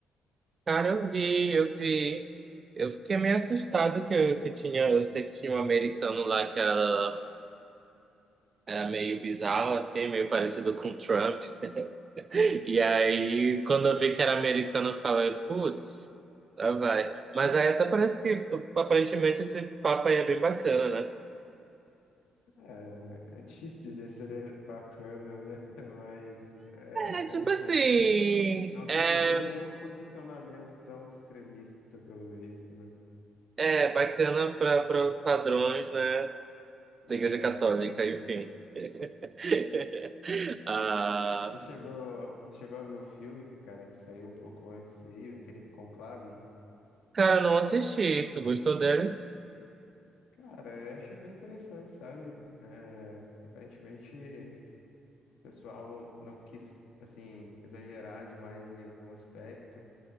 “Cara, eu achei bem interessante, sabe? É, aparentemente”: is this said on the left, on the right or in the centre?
Left